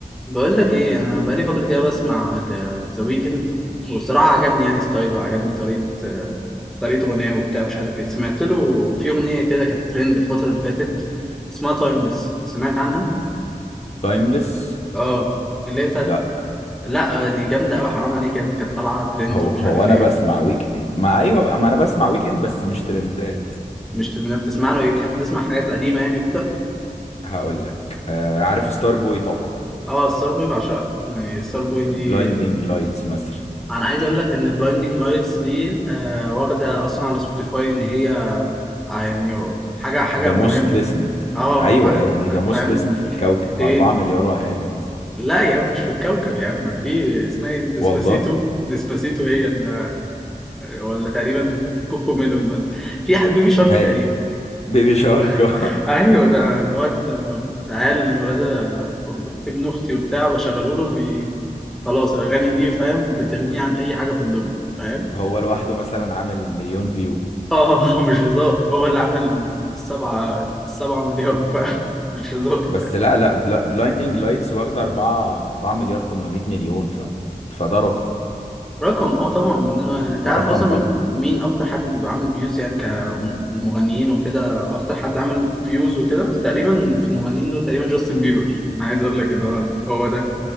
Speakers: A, in the centre; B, on the left.
A: بقول لك ايه انا بقالي فتره كده بسمع ذا ويكند وبصراحه عجبني يعني ستايله وعجبني طريقه آه، طريقه غناه وبتاع مش عارف ايه سمعت له في اغنيه كده كانت ترند الفتره اللي فاتت اسمها تايمليس سمعت عنها
B: تايمليس
A: اه اللي هي بتاعت
B: لا
A: لا آه، دي جامده قوي حرام عليك يعني كانت طالعه ترند
B: هو
A: ومش
B: هو
A: عارف
B: انا
A: ايه
B: بسمع ويك اند ما ايوه بقى ما انا بسمع ويك اند بس مش ترندات
A: مش ت- بتسمع له ايه بتحب تسمع الحاجات القديمه يعني وكده
B: هقول لك آه عارف ستار بوي طبعا
A: اه ستار بوي بعشقها يعني ستار بوي
B: بلايندينج
A: دي
B: لايتس مثلا
A: انا عايز اقول لك ان بلايندينج لايتس دي آه واخده اصلا على سبوتيفاي ان هي آه، يعني حاجة حاجة
B: ذا موست
A: مهمة
B: ليسند
A: اه
B: ايوه
A: اه حاجة
B: يا ابني ذا موست
A: فاهم
B: ليسند في الكوكب
A: إيه؟
B: 4 مليار وحاجه مثلا
A: لا يا عم مش في الكوكب يا عم في اسمها ايه دي؟ ديسباسيتو
B: والله
A: ديسباسيتو هي ال ولا تقريبا كوكو ميلون ولا في ح- بيبي شارك
B: هي
A: تقريبا
B: بيبي شارك
A: <laughs>
B: <laughs>
A: ايوه ده الواد العيال ولاد ابن اختي وبتاع بشغله له بي... خلاص الاغاني دي فاهم بتغنيه عن اي حاجه في الدنيا فاهم
B: هو لوحده مثلا عامل مليون فيو
A: اه <laughs> مش هزار هو اللي عامل السبعه السبعه مليار فاهم مش هزار
B: بس لا لا بلايندينج لايتس واخده 4 4 مليار 800 مليون ف فده رقم
A: رقم اه طبعا بالنسبة يعني انت
B: ده
A: عارف
B: رقم
A: اصلا
B: رقم
A: مين اكتر حد بيبقى عامل فيوز يعني كمغنيين وكده اكتر حد عامل فيوز وكده تقريبا في المغنيين دول تقريبا جاستن بيبر انا عايز اقول لك ان هو هو ده